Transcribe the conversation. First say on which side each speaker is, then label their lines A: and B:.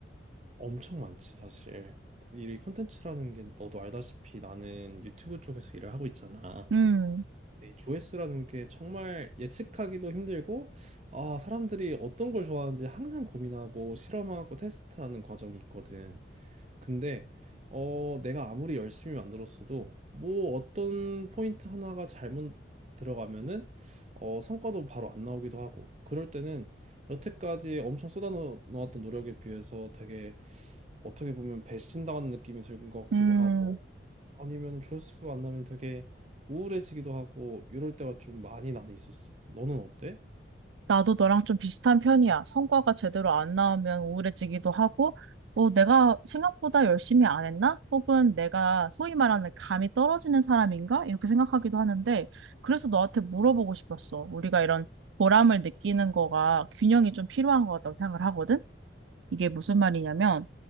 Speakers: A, on the right; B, on the right.
A: 엄청 많지, 사실. 이 콘텐츠라는 게 너도 알다시피 나는 유튜브 쪽에서 일을 하고 있잖아.
B: 음,
A: 이 조회수라는 게 정말 예측하기도 힘들고, 아, 사람들이 어떤 걸 좋아하는지 항상 고민하고 실험하고 테스트하는 과정이 있거든. 근데 어 내가 아무리 열심히 만들었어도 뭐 어떤 포인트 하나가 잘못 들어가면은 어 성과도 바로 안 나오기도 하고 그럴 때는 여태까지 엄청 쏟아놓았던 노력에 비해서 되게 어떻게 보면 배신당한 느낌이 드는 것 같기도
B: 음.
A: 하고 아니면 조회수가 안 나면 되게 우울해지기도 하고 이럴 때가 좀 많이 나는 있었어. 너는 어때?
B: 나도 너랑 좀 비슷한 편이야. 성과가 제대로 안 나오면 우울해지기도 하고, 어, 내가 생각보다 열심히 안 했나? 혹은 내가 소위 말하는 감이 떨어지는 사람인가? 이렇게 생각하기도 하는데, 그래서 너한테 물어보고 싶었어. 우리가 이런 보람을 느끼는 거가 균형이 좀 필요한 것 같다고 생각을 하거든? 이게 무슨 말이냐면,